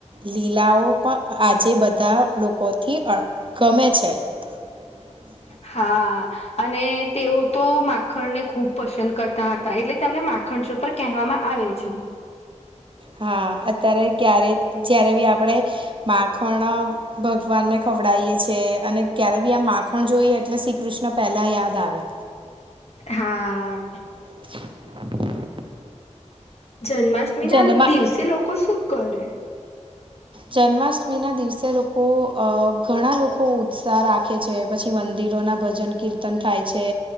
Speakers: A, on the right; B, on the left.
A: લીલાઓ પણ આજે બધા લોકોથી અ ગમે છે. <inaudible>
B: હા. અને તેઉ તો માખણને ખુબ પસંદ કરતા હતા એટલે કે એમને મા ખળચોર પર કેહવામાં આવે છે.
A: હા અત્યારે ક્યારે જ્યારે બી આપણે માખણ ભગવાનને ખવડાવીએ છીએ અને ક્યારેય બી આ માખણ જોઈએ એટલે શ્રી કૃષ્ણ પહેલાં યાદ આવે.
B: હા.
A: <inaudible>
B: જન્માષ્ટમી
A: જન્મા
B: ના દિવસે લોકો શું કરે?
A: જન્માષ્ટમી ના દિવસે લોકો અ ઘણા લોકો ઉત્સાહ રાખે છે પછી મંદિરો ના ભજન કીર્તન થાય છે.